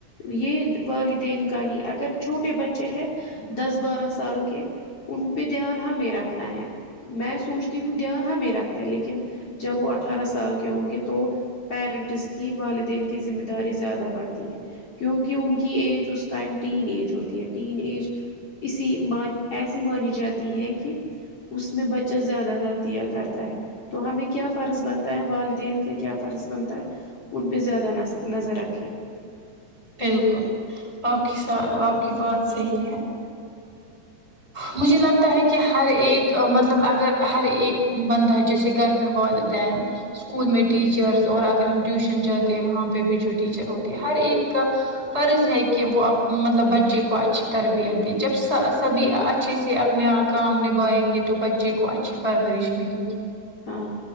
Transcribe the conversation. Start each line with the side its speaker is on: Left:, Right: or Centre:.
Left: یہ والدین کا ہی اگر چھوٹے بچے ہیں دس بارہ سال کے ان پہ دھیان ہمیں رکھنا ہے میں سوچتی ہوں دھیان ہمیں رکھتا ہے لیکن جب وہ اٹھارہ سال کے ہوں گے تو پیرنٹس کی والدین کی ذمہ داری زیادہ بڑھتی ہے کیونکہ ان کی ایج اس ٹائم ٹین ایج ہوتی ہے ٹین ایج اسی مان ایسی مانی جاتی ہے کہ اس میں بچہ زیادہ غلطیاں کرتا ہے تو ہم ایک کیا فرض بنتا ہے والدین کا کیا فرض بنتا ہے ان پہ زیادہ نز نظر رکھے
Right: بالکل آپ کی س آپ کی بات صحیح ہے مجھے لگتا ہے کہ ہر ایک مطلب اگر ہر ایک بندہ جیسے گھر میں والدین اسکول میں ٹیچرس اور اگر ہم ٹیوشن جاتے ہیں وہاں پہ بھی جو ٹیچر ہوتی ہے ہر ایک کا فرض ہے کہ وہ اب مطلب بچے کو اچھی تربیت دے جب کبھی اچھے سے اپنے ا کام نبھائیں گے تو بچے کو اچھی پرورش ملے گی
Left: ہاں